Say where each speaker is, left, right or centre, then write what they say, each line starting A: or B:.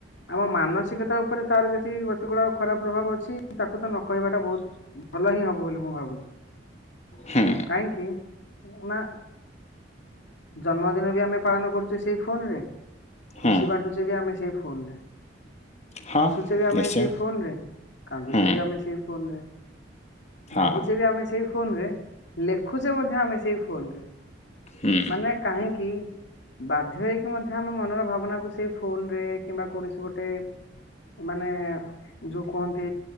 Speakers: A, on the left; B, on the left.
A: ଆମ ମାନସିକତା ଉପରେ ତାର ଯେତିକି ପ୍ରତିକୂଳ ଖରାପ ପ୍ରଭାବ ଅଛି ତାକୁ ତ ନ କହିବାଟା ବହୁତ ଭଲ ହିଁ ହବ ବୋଲି ମୁଁ ଭାବୁଛି।
B: ହୁଁ।
A: କାହିଁକି ନା। ଜନ୍ମଦିନ ବି ଆମେ ପାଳନ କରୁଛେ ସେଇ ଫୋନରେ। ଖୁସି
B: ହୁଁ।
A: ବାଣ୍ଟୁଛେ ବି ଆମେ ସେଇ ଫୋନରେ।
B: ହଁ
A: ହସୁଛେ ବି ଆମେ
B: ନିଶ୍ଚୟ
A: ସେଇ ଫୋନ ରେ କାନ୍ଦୁଛେ
B: ହୁଁ
A: ବି ଆମେ ସେଇ ଫୋନ ରେ।
B: ହଁ
A: ଭାବୁଛେ ବି ଆମେ ସେଇ ଫୋନ ରେ ଲେଖୁଛେ ମଧ୍ୟ ଆମେ ସେଇ ଫୋନରେ।
B: ହୁଁ
A: ମାନେ କାହିଁକି଼ ବାଧ୍ୟ ହେଇକି ମଧ୍ୟ ଆମ ମନର ଭାବନାକୁ ସେଇ ଫୋନରେ କିମ୍ବା କୌଣସି ଗୋଟେ ମାନେ ଯୋଉ କୁହନ୍ତି